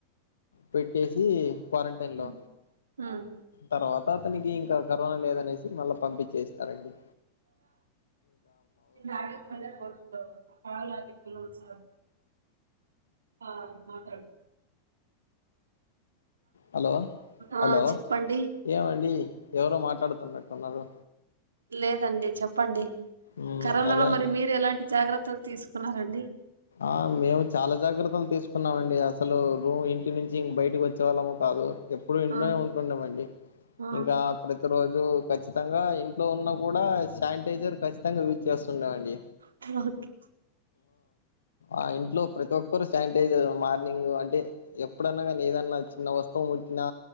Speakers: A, on the left (about 70°); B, on the right (about 70°).
A: పెట్టేసి క్వారంటైన్
B: ఉమ్
A: లో
B: ఉమ్.
A: తర్వాత అతనికి ఇంక కరోనా లేదనేసి మళ్ళా పంపించేస్నారండి
B: ఆ మ కాల్ మస ఆ మాటాడు
A: హలో
B: ఆ
A: హలో
B: చెప్పండి
A: ఏవండీ ఎవరో మాట్లాడుతున్నట్టు తున్నారు
B: లేదండి చెప్పండి
A: మ్
B: కరోనాలో
A: అదే
B: మరి
A: అండి
B: మీరు ఎలాంటి జాగ్రత్తలు తీసుకున్నరు రండి
A: ఆ మేము చాలా జాగ్రత్తలు తీసుకున్నామండి అసలు రూమ్ ఇంటి నుంచి ఇం బయటకి వచ్చేవాళ్ళం కాదు ఎప్పుడు ఇంట్లోనే
B: ఆ
A: ఉంటుండమండి
B: ఆ
A: ఇంకా ప్రతిరోజు జు ఖచ్చితంగా ఇంట్లో ఉన్న కూడ శానిటైజర్ ఖచ్చితంగా యూజ్ చేస్తున్నాయండి
B: ప్రవతి
A: ఆ ఇంట్లో ప్రతి ఒక్కరు శానిటైజర్ మార్నింగ్ అంటే ఎప్పుడన్న గానీ ఏదన్న చిన్న వస్తువు ముట్టినా